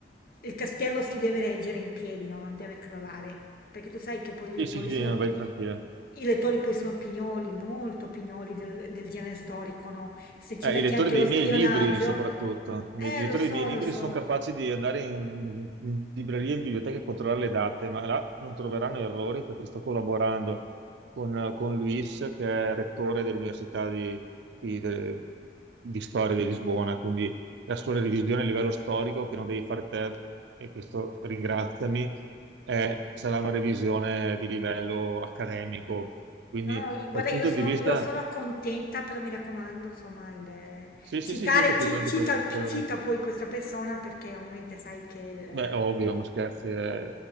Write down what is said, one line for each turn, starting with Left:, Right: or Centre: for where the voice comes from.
Left: il castello si deve reggere in piedi, no? Non deve crollare, perché tu sai che poi
Right: Sì,
Left: i lettori
Right: sì, sì,
Left: sono,
Right: vai tranquilla.
Left: i lettori poi sono pignoli, molto pignoli del, del genere storico, no? Se
Right: Eh,
Left: ci metti
Right: i lettori
Left: anche
Right: dei
Left: lo spionaggio,
Right: miei libri, soprattutto, i
Left: eh,
Right: miei- i lettori
Left: lo so,
Right: dei miei libri
Left: lo so.
Right: sono capaci di andare in, in libreria e in biblioteca a controllare le date, ma là non troveranno errori perché sto collaborando con, con Luis, che è rettore dell'Università di, di- de- di Storia di Lisbona, quindi la sua revisione a livello storico, che non devi fare te, e questo ringraziami, eh, sarà una revisione di livello accademico. Quindi
Left: No, no,
Right: dal
Left: guarda,
Right: punto
Left: io sono,
Right: di vista...
Left: io sono contenta, però mi raccomando, insomma, il-
Right: Sì,
Left: citare,
Right: sì, sì, sì, ho capito,
Left: ci-
Right: non
Left: cita,
Right: ti preoccupare.
Left: cita poi questa persona perché ovviamente sai che il,
Right: Beh, ovvio, ma scherzi, è,